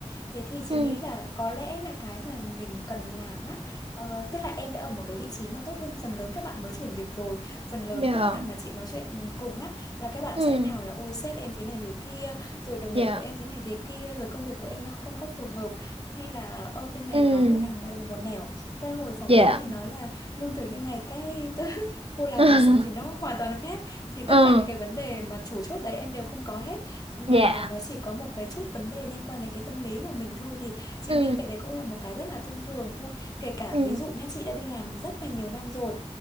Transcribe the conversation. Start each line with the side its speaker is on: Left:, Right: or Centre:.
Left: thế thì chị
Right: ừ
Left: nghĩ là có lẽ là cái mà mình cần làm á ờ, tức là em đã ở một cái vị trí mà tốt hơn phần lớn các bạn mới chuyển việc rồi phần lớn
Right: dạ
Left: các bạn mà chị nói chuyện cùng á là các bạn
Right: ừ
Left: sẽ nào là ôi sếp em thế này thế kia rồi đồng nghiệp
Right: dạ
Left: của em thế này thế kia rồi công việc của em nó không có phù hợp hay là ở bên này
Right: ừ
Left: nói một đằng mà là một nẻo tới hồi phỏng
Right: dạ
Left: vấn thì nói là lương thưởng như này cái tới <laughs> cô làm
Right: <laughs>
Left: thực sự thì nó hoàn toàn khác thì
Right: ừ
Left: tất cả những cái vấn đề mà chủ chốt đấy em đều không có hết mà
Right: dạ
Left: nó chỉ có một cái chút vấn đề liên quan đến cái tâm lý của mình thôi thì chị
Right: ừ
Left: nghĩ cái đấy cũng là một cái rất là thông thường thôi kể cả
Right: ừ
Left: ví dụ nhá chị đã đi làm rất là nhiều năm rồi